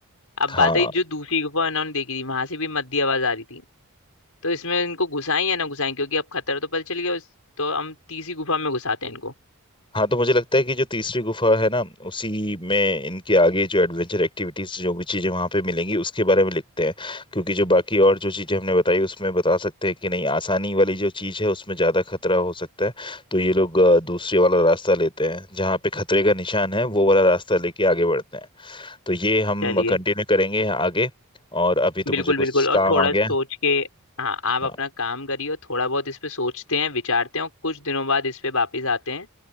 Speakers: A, on the left; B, on the left.
A: अब
B: हाँ
A: बात है जो दूसरी गुफा इन्होंने देखी थी वहां से भी मद्दी आवाज आ रही थी तो इसमें इनको घुसाएं या ना घुसाएं क्योंकि अब खतरा तो पता चल गया उस- तो हम तीसरी गुफा में घुसाते हैं इनको
B: हाँ तो मुझे लगता है कि जो तीसरी गुफा है ना उसी में इनके आगे जो एडवेंचर एक्टिविटीज जो भी चीजें वहां पे मिलेंगी उसके बारे में लिखते हैं क्योंकि जो बाकी और जो चीजें हमने बताई उसमें बता सकते हैं कि नहीं आसानी वाली जो चीज है उसमें ज्यादा खतरा हो सकता है तो ये लोग अ, दूसरे वाला रास्ता लेते हैं जहाँ पे खतरे का निशान है वो वाला रास्ता लेके आगे बढ़ते हैं तो ये हम
A: चलिए
B: कंटिन्यू करेंगे आगे और अभी तो
A: बिल्कुल
B: मुझे कुछ
A: बिल्कुल और
B: काम
A: थोड़ा
B: आ गया
A: सोच
B: है
A: के हाँ आप
B: हाँ
A: अपना काम करिए और थोड़ा बहुत इस पे सोचते हैं विचारते हैं और कुछ दिनों बाद इस पे वापिस आते हैं